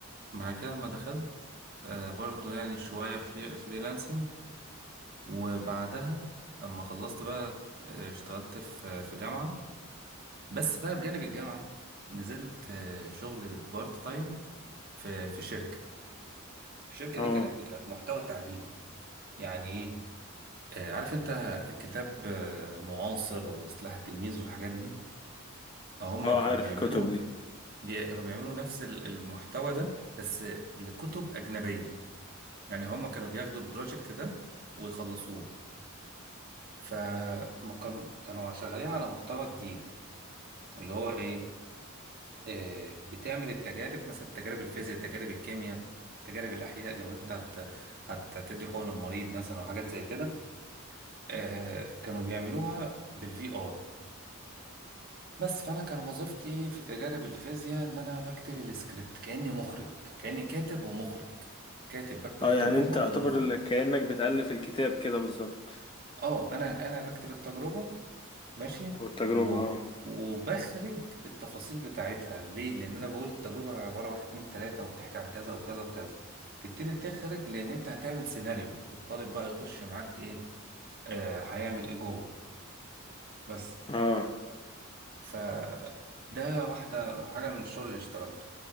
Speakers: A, on the right; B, on the left.
A: بعد كده ما دخلت آه برضو يعني شويه فري فريلانسنج وبعدها اما خلصت بقى آه، اشتغلت في في جامعه بس بقى بجانب الجامعه نزلت آه شغل بارت تايم في في شركه الشركه
B: اه
A: دي كانت بتاعت محتوى تعليم يعني ايه؟ آه، عارف انت كتاب آه، المعاصر وسلاح التلميذ والحاجات دي اه هما
B: اه
A: كانوا
B: عارف
A: بيعملوا
B: الكتب دي
A: بي... كانوا بيعملوا نفس ال- المحتوى ده بس لكتب أجنبية يعني هما كانوا بياخدوا البروجكت ده ويخلصوه فما كان... كانوا شغالين على محتوى جديد اللي هو ايه آه، بتعمل التجارب مثلا تجارب الفيزياء تجارب الكيمياء تجارب الأحياء لو انت هت... هت- هتدي حقن المريض مثلا وحاجات زي كده آه، كانوا بيعملوها بالفي ار بس فانا كان وظيفتي في تجارب الفيزياء ان انا بكتب السكريبت كاني مخرج كاني كاتب ومخرج كاتب بكتب
B: اه
A: التجربه
B: يعني انت
A: ومخرج
B: اعتبر ال- كأنك بتألف الكتاب كده بالظبط
A: اه انا انا بكتب التجربه ماشي
B: او التجربة
A: و...
B: اه
A: وبخرج التفاصيل بتاعتها ليه لان انا بقول التجربه عباره عن واحد اتنين تلاته وبتحكي عن كذا وكذا وكذا تبتدي تخرج لان انت هتعمل سيناريو الطالب بقى يخش معاك ايه آه هيعمل ايه جوه بس
B: اه
A: ف ده واحده حاجه من الشغل اللي اشتغلته